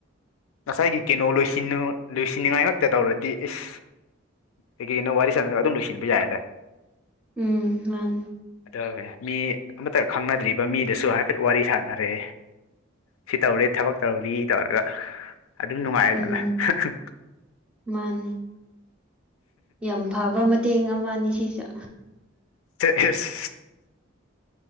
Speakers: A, on the left; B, in the centre.
A: ꯉꯁꯥꯏꯒꯤ ꯀꯩꯅꯣ ꯂꯣꯏꯁꯤꯟꯅ ꯂꯣꯏꯁꯤꯟ ꯅꯤꯡꯉꯥꯏ ꯉꯛꯇ ꯇꯧꯔꯗꯤ ꯏꯁ ꯀꯩꯀꯩꯅꯣ ꯋꯥꯔꯤ ꯁꯥꯟꯅꯔꯒ ꯑꯗꯨꯝ ꯂꯣꯏꯁꯤꯟꯕ ꯌꯥꯔꯦꯗ
B: ꯎꯝ ꯃꯥꯅꯤ
A: ꯑꯗꯨ ꯋꯦ ꯃꯤ ꯑꯃꯇ ꯈꯪꯅꯗ꯭ꯔꯤ ꯃꯤꯗꯁꯨ ꯍꯥꯏꯐꯦꯠ ꯋꯥꯔꯤ ꯁꯥꯟꯅꯔꯦ ꯁꯤ ꯇꯧꯔꯦ ꯊꯕꯛ ꯇꯧꯔꯤ ꯇꯧꯔꯒ ꯑꯗꯨꯝ ꯅꯨꯡꯉꯥꯏꯑꯦꯗꯅ
B: ꯎꯝ
A: ꯍ ꯍ
B: ꯃꯥꯅꯤ ꯌꯥꯝ ꯐꯕ ꯃꯇꯦꯡ ꯑꯃꯅꯤ ꯁꯤꯁꯨ
A: ꯆ ꯑꯁ